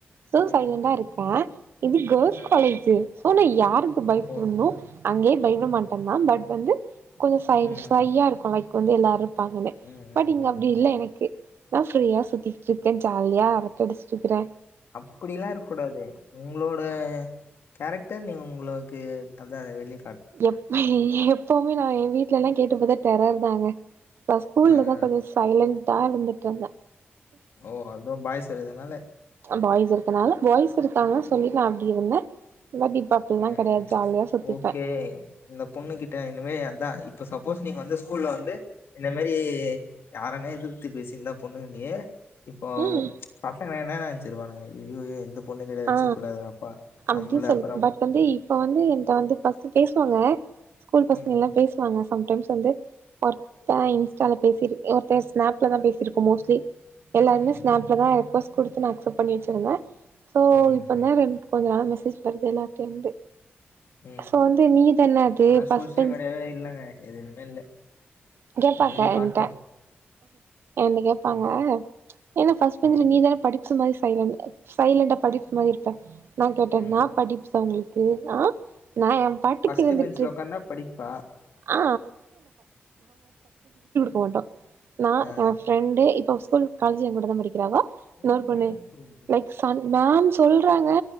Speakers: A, on the right; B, on the left.
A: சோ
B: ம்,
A: சைலண்டா இருப்பே இது கேள்ஸ்
B: ஆ,
A: காலேஜு சோ நா யாருக்கு பயப்பட்ணு
B: ஓ!
A: அங்கே பயப்பட மாட்டே மேம் பட் வந்து கொஞ்சோ சை
B: ம்,
A: சையா இருக்கு லைக் வந்து எல்லாரு பாப்பமே
B: ம், ம்,
A: பட் இங்க
B: ம்.
A: அப்டி
B: ம்.
A: இல்ல எனக்கு நா ப்ரீயா சுத்திட்டு இருக்கே ஜாலியா அப் நா படிச்சிருக்குறே
B: அப்டில்லா இருக் கூடாது உங்களோட கேரக்டா நீ உங்களோக்கு அதா அதா வெளி
A: எப்பி எப்பவுமே நா ஏ வீட்லல்லா கேட்டு பாத்தா டெரர் தாங்க நா ஸ்கூல்லதா
B: ஆ ஆ
A: கொஞ்சோ சைலண்டா இருந்துட்டு இருந்த
B: ஓ அதுவு பாய்ஸ் இருக்கறதுனால
A: பாய்ஸ் இருக்கனால பாய்ஸ் இருக்காகன்னு சொல்லிட்டு நா அப்டி இருந்தே பட் இப்ப அப்டில்லா
B: ம்
A: கெடையாது
B: ம்
A: ஜாலியா சுத்திப்பே
B: ஓகே இந்த பொண்ணு கிட்ட இனிமே அதா இப்ப சப் பூஸ்னிக் வந்து ஸ்கூல்ல வந்து இந்த மாரி யாரன்னா எதுத்து பேசி இருந்தா பொண்ணுன்னியே இப்போ
A: ம்
B: பசங்கலெல்லா என்னா நெனச்சுருப்பானுக ஐய்யையோ இந்த பொண் பொண்ணுகளே வச்சுக்
A: ஆ
B: கூடாதுடாப்பா
A: அப்டி
B: நம்மளப்
A: சொல்லி பட் வந்து இப்ப வந்து என்ட வந்து பச பேசுவாங்க ஸ்கூல் பசங்க
B: ம்
A: எல்லா பேசுவாங்க சம்டைம்ஸ் வந்து ஒருத்தே இன்ஸ்டால பேசி ஒருத்தே ஸ்நாப்ல தா பேசிருபோ மோஸ்ட்லி எல்லாருமே
B: ம் ம்
A: ஸ்னப்ல
B: ம்
A: தா ரிக்கொஸ் கொடுத்து நா அக்சப்ட் பண்ணிட்ருந்தே சோ
B: ம்
A: இப்ப
B: ம்
A: தா ரென்ட் கொஞ்ச நாள மெசேஜ் வருது எல்லார்டயிருந்து
B: ம்
A: சோ வந்து நீதான அது
B: ஆனா
A: பஸ்ட்
B: சோசியல்
A: பெஞ்ச்
B: மீடியாவே இல்லங்க எதுலயுமே இல்ல
A: இங்க
B: ஒன்லி
A: பாக்க
B: வாட்ஸ்அப்.
A: எண்ட என்ன கேப்பாங்க
B: ம்,
A: ஏன்ன பஸ்ட் பெஞ்சுல
B: ம்,
A: நீதானே படி ஸ்சு மாரி சைலண்ட் சைலண்டா படிப்பு மாரி இருப்பே நா கேட்டனா
B: ம்.
A: படிப்பு சவுண்ட்ளுக்கு ஆ நா ஏ பாட்டுக்கு
B: ஃபர்ஸ்ட்டு
A: இருந்துட்டு
B: பெஞ்ச்ல உட்கார்ந்தா படிப்பா?
A: ஆ போட்டோ நா
B: அ,
A: ஏ பிரெண்டு இப்ப ஸ்கூல் காலேஜ் ஏகூட தா படிக் எவா இன்னொரு
B: ம்,
A: பொண்ணு
B: ம்,
A: லைக் சன் மேம் சொல்றாங்க